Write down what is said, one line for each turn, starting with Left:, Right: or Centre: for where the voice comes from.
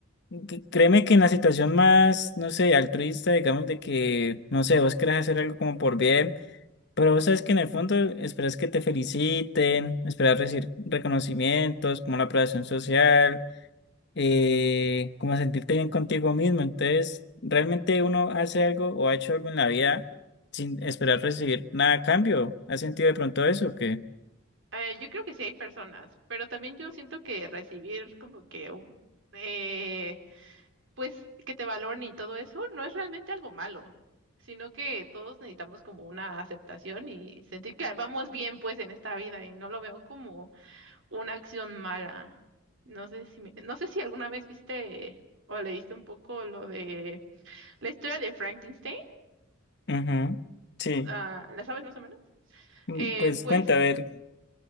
Left: C- Créeme que en la situación más, no sé, altruista, digamos, de que, no sé, vos querés hacer algo como por bien, pero vos sabes que en el fondo esperas que te feliciten, esperas recibir reconocimientos, como la aprobación social, eh, como sentirte bien contigo mismo. Entonces, realmente uno hace algo o ha hecho algo en la vida sin esperar recibir nada a cambio. ¿Has sentido de pronto eso o qué?
Right: Eh, yo creo que sí hay personas, pero también yo siento que recibir como que un, eh, pues que te valoren y todo eso no es realmente algo malo, sino que todos necesitamos como una aceptación y sentir que vamos bien pues en esta vida y no lo veo como una acción mala. No sé si me- no sé si alguna vez viste o leíste un poco lo de la historia de Frankenstein.
Left: Ujú, Sí.
Right: Ah, ¿la sabes más o menos?
Left: Mm,
Right: Eh,
Left: Pues
Right: pues,
Left: cuenta, a ver.